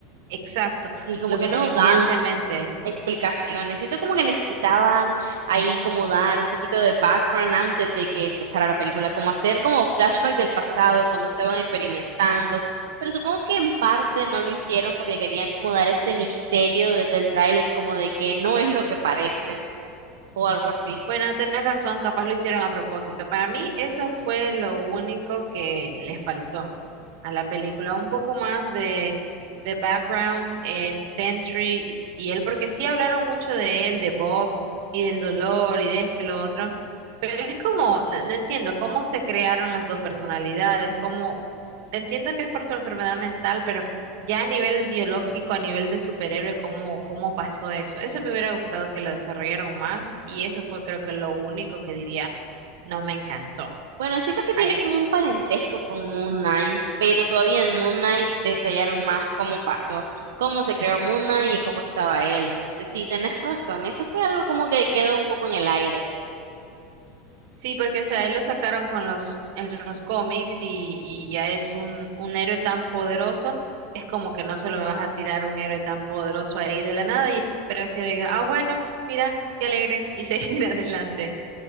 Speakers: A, on the right (about 70°); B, on the right (about 80°).
A: exacto,
B: sí, como
A: lo
B: que
A: suficientemente.
B: no dan. explicaciones. Siento como que necesitaban ahí como dar un poquito de background antes de que empezara la película, como hacer como flashback del pasado cuando estaban experimentando. Pero supongo que en parte no lo hicieron porque querían como dar ese misterio desde el tráiler, como de que no es lo que parece o algo así.
A: Bueno, tenés razón, capaz lo hicieron a propósito. Para mí eso fue lo único que le faltó a la película, un poco más de, de background en Sentry y, y él, porque sí hablaron mucho de él, de Bob y del dolor y de esto y lo otro, pero es como, no, no entiendo cómo se crearon las dos personalidades, cómo, entiendo que es por su enfermedad mental, pero... Ya a nivel biológico, a nivel de superhéroe, ¿cómo, cómo pasó eso? Eso me hubiera gustado que lo desarrollaron más y eso fue creo que lo único que diría no me encantó.
B: Bueno, siento que
A: Ay,
B: tiene como un parentesco con Moon Knight, pero todavía en Moon Knight detallaron más cómo pasó, cómo se creó Moon Knight y cómo estaba él. Entonces, sí, tenés razón, eso fue algo como que quedó un poco en el aire.
A: sí, porque o sea, él lo sacaron con los, en los cómics y, y ya es un, un héroe tan poderoso, es como que no solo me vas a tirar un héroe tan poderoso ahí de la nada y esperar que diga, ah, bueno, mira, qué alegre y <laughs> seguir adelante.